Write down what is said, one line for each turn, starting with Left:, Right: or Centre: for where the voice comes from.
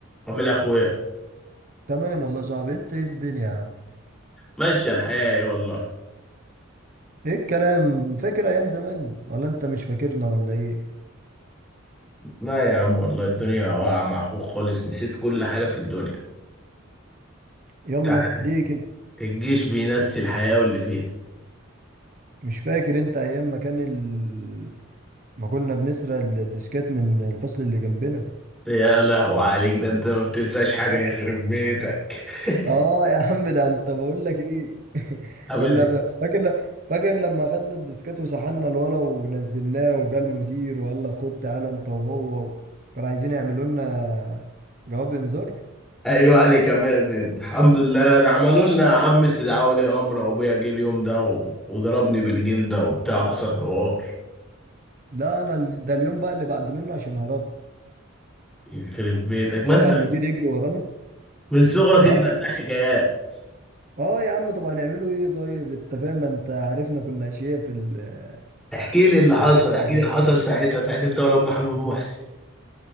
Centre: عامل ايه يا اخويا
Right: تمام والله يا صاحبي انت ايه الدنيا يا عم
Centre: ماشي الحياة ايه والله
Right: ايه الكلام فاكر ايام زمان ولا انت مش فاكرنا ولا ايه
Centre: لا يا عم والله الدنيا واقعة مع اخوك خالص نسيت كل حاجة في الدنيا
Right: يلا
Centre: انت عارف
Right: ليه كده
Centre: الجيش بينسي الحياة واللي فيها
Right: مش فاكر انت ايام ما كان ال... ما كنا بنسرق الديسكات من الفصل اللي جنبنا
Centre: يا لهو عليك ده انت ما بتنساش حاجة يخرب بيتك <laughs>
Right: اه يا عم ده انت بقول لك ايه <laughs>
Centre: امازن
Right: كنا ب... فاكر ل... فاكر لما خدنا الديسكات وسحلنا الولا ونزلناه وجا المدير وقال لك خد تعالى انت وهو كانوا عايزين يعملوا لنا جواب انذار
Centre: ايوه عليك امازن الحمد لله ده عملوا لنا يا عم استدعاء ولي امر وابويا جه اليوم ده و... وضربني بالجلدة وبتاع وحصل حوار
Right: لا انا ال- ده اليوم بقى اللي بعد منه عشان هربت
Centre: يخرب بيتك ما
Right: طلع
Centre: انت
Right: المدير يجري ورانا
Centre: من صغرك
Right: وقال
Centre: انت بتاع
Right: لك يا
Centre: حكايات
Right: باشا اه يا عم طب هنعمله ايه طيب انت فاهم ما انت عارفنا كنا اشياء في ال-
Centre: احكي لي اللي
Right: في
Centre: حصل
Right: البتاع
Centre: احكي
Right: ده
Centre: لي اللي حصل ساعتها ساعتها انت ولاد محمد محسن